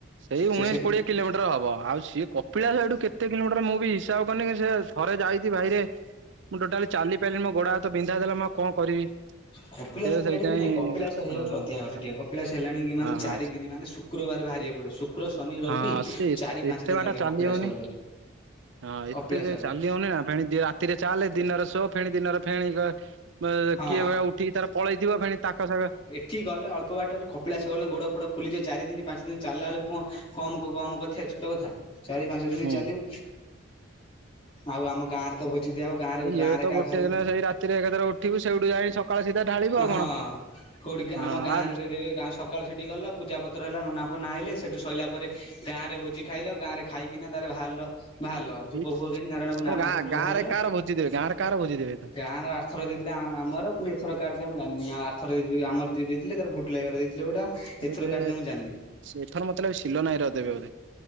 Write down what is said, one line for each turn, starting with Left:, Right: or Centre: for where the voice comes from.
Right: ସେଇ
Left: ସେ
Right: ଉଣେଇଶି
Left: ସେଠି
Right: କୋଡିଏ କିଲୋମିଟର ହବ ଆଉ ସିଏ କପିଳାସ ଏଠୁ କେତେ କିଲୋମିଟର ମୁଁ ବି ହିସାବ କରିନି ସେ ଥରେ ଯାଇଥିଲି ଭାଇରେ ମୁଁ ଟୋଟାଲି ଚାଲିପାଇଲିନି ମୋ ଗୋଡ ହାତ ବିନ୍ଧା ହୋଉଥିଲା ମୁ ଆଉ କଣ କରିବି।
Left: କପିଳାସ
Right: ସେ
Left: ଯିବାରେ
Right: ସେଇଥିପାଇଁ
Left: କିଛି ନାଇଁ କପିଳାସ
Right: ହଁ
Left: ହେଆଇଯାଉଛି ଅଧିକ ବାଟ ଟିକେ କପିଳାସ ହେଲାଣି କି
Right: ହଁ
Left: ମାନେ ଚାରି ଦିନ ମାନେ ଶୁକ୍ରବାର ବାହାରିବାକୁ ପଡିବ ଶୁକ୍ର ଶନି ରବି
Right: ହଁ ସେ
Left: ଚାରି
Right: ଏତେ
Left: ପାଞ୍ଚ ଦିନ
Right: ବାଟ
Left: ଲାଗିବ
Right: ଚାଲି
Left: କପିଳାସ
Right: ହଉନି
Left: ଗଲେ।
Right: ହଁ ଏତେ
Left: କପିଳାସ
Right: ଯେ
Left: ଗଲେ।
Right: ଚାଲି ହଉନି ନା ଫେଣି ରାତିରେ ଚାଲେ ଦିନରେ ଶୋ ଫେଣି ଦିନରେ ଫେଣ କିଏ
Left: ହଁ
Right: ଭାଇ ଉଠିକି ତାର ପଳେଇଥିବ ଫେଣି ତାଙ୍କ ସାଙ୍ଗ
Left: ଏଠିକି ଗଲେ ଅଳ୍ପ ବାଟ କପିଳାସ ଗଲେ ଗୋଡ ଫୋଡ ଫୁଲିଯିବ ଚାରି ଦିନ ପାଞ୍ଚ ଦିନ ଚାଲିଲା ବେଲୁକି କଣ କମ କମ କଥିଆ ଛୋଟ କଥା। ଚାରି ପାଞ୍ଚ ଦିନ
Right: ହୁଁ
Left: ଚାଲିବୁ ଆଉ ଆମ ଗାଁରେ ତ ଭୋଜି ଦିଆହବ ଗାଁରେ
Right: ଆଉ ଇଏ
Left: ଗାଁରେ
Right: ତ
Left: କା
Right: ଗୋଟେ
Left: ଘରେ
Right: ଦିନ ସେଇ ରାତିରେ ଏକାଥରେ ଉଠିବୁ ସେଇଠୁ ଯାଇ ସକାଳ ସିଧା ଢାଳିବୁ ଆଉ
Left: ହଁ
Right: କଣ
Left: କୋଉଠି
Right: ହଁ
Left: ଆମ ଗାଁ
Right: ଆଉ
Left: ରେ ଦେଇଦେବେ ଗାଁ ସ ସକାଳୁ ସେଠି ଗଲ ପୂଜା ପତ୍ର ହେଲା ନନା ଫନା ଆଇଲେ ସେଠୁ ସଇଲା ପରେ ଗାଁରେ ଭୋଜି ଖାଇଲ। ଗାଁରେ ଖାଇକିନା ତାରେ ବାହାରିଲ ବାହାରିଲ ଧୂପ
Right: ଏଇ
Left: ଫୁପ କେ ନାରାୟଣ
Right: ତମ
Left: ନାରାୟଣ
Right: ଗାଁ
Left: କତରୁ
Right: ଗାଁ
Left: ବାହାରିଲ
Right: ରେ କାହାର ଭୋଜି ଦେବେ ଗାଁରେ କାହାର ଭୋଜି ଦେବେ
Left: ଗାଁ ର ଆ ଥରେ ଦେଇଥିଲେ ଆମର ପୁଣି ଏଥର କାର୍ ମୁଁ ଜାନି ଆଉ ଆଥର ଆମ ଦେଇଥିଲେ ତ ଘୁଡ ଲୁ ଭାଇ ହର ଦେଇ ଲେଉଟା
Right: ଏଥର
Left: ଏଥରକାର
Right: ଯେ
Left: ଦେବେ ମୁଁ ଜାଣିନି।
Right: ଏଥର ମତେ ଲାଗୁଚି ସିଲନ ଭାଇ ହର ଦେବେ ବୋଧେ